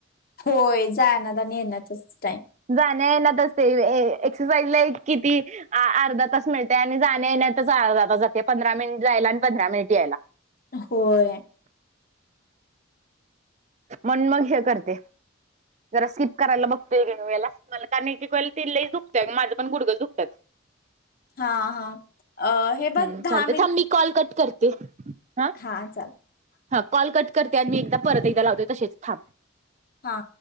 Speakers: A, on the left; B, on the right.
A: होय जाण्यात आणि येण्यातच टाईम
B: जाण्यात येण्यात ते ऐ एक्ससाइज ला किती? अर्धा तास मिळतेय आणि जाण्यात येण्यातच अर्धा तास जाते पंधरा मिनिट जायला आणि पंधरा मिनिट यायला.
A: होय.
B: मनुन मग हे करते. जरा स्लिप करायला बघतोय वेळेला मला कारण ते एक एक वेळेला ते लयच दुखतंय माझं पण गुडघेच दुखतंय.
A: हां हां हे
B: हम्म,
A: बघ
B: चालत
A: दहा
B: थांब मी कॉल कट करते. ते, हा.
A: हा चाल
B: हा कॉल कट करते आणि मी एकदा परत एकदा लावते तशीच थांब.
A: हा.